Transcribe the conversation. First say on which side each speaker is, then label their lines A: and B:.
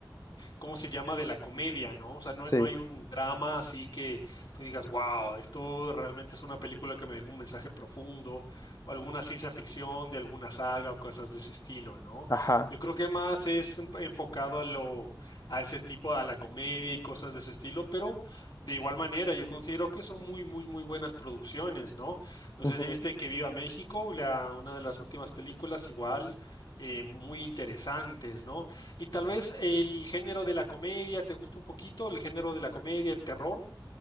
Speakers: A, on the left; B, on the left.
A: ¿cómo se llama? De la comedia, ¿no? O sea, no,
B: Sí,
A: no hay un drama así que tú digas, wow, esto realmente es una película que me dejó un mensaje profundo, o alguna ciencia ficción de alguna saga o cosas de ese estilo, ¿no?
B: ajá.
A: Yo creo que más es enfocado a lo, a ese tipo, a la comedia y cosas de ese estilo, pero de igual manera, yo considero que son muy, muy, muy buenas producciones, ¿no? No
B: Ujú.
A: sé si viste Que Viva México, la, una de las últimas películas, igual, eh, muy interesantes, ¿no? Y tal vez el género de la comedia te gusta un poquito, el género de la comedia, el terror.